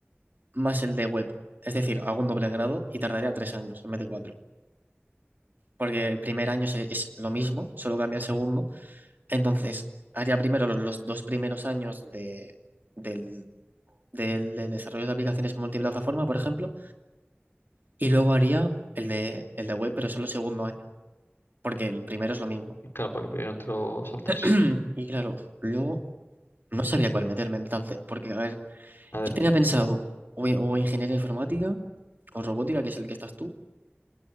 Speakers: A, on the right; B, on the left.
A: más el de web. Es decir, hago un doble grado y tardaría tres años en vez de cuatro. Porque el primer año se- es, lo mismo, solo cambia el segundo. Entonces, haría primero los, los dos primeros años de, del, del de desarrollo de aplicaciones multiplataforma, por ejemplo, y luego haría el de, el de web, pero solo el segundo año. Porque el primero es lo mismo.
B: Claro, porque primero te lo saltas.
A: <clears throat> Y claro, luego no sabía cuál meterme entonces, porque a ver,
B: a ver
A: yo tenía pensado o, o ingeniería informática o robótica, que es el que estás tú,